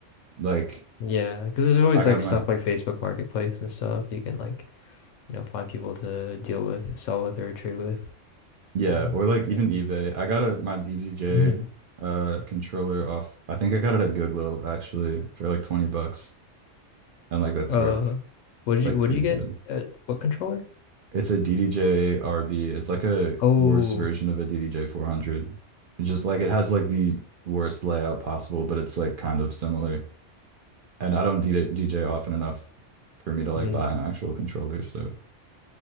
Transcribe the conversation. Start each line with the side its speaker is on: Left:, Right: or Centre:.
Right: like
Left: yeah, because there's always
Right: I got
Left: like
Right: my
Left: stuff like Facebook Marketplace and stuff you can like you know find people to deal with, sell with, or trade with.
Right: yeah,
Left: Um,
Right: or like
Left: yeah.
Right: even eBay. I got a my DJJ
Left: hmm
Right: uh controller off. I think I got it at Goodwill actually for like 20 bucks and like that's
Left: Uh,
Right: worked
Left: what did
Right: like
Left: you what
Right: pretty
Left: did you
Right: good.
Left: get? Uh, what controller?
Right: It's a DDJ RB. It's like a
Left: Oh,
Right: worse version of a DDJ 400. It's just like it has like the worst layout possible, but it's like kind of similar. And I don't DJ often enough for me to like
Left: mm.
Right: buy an actual controller, so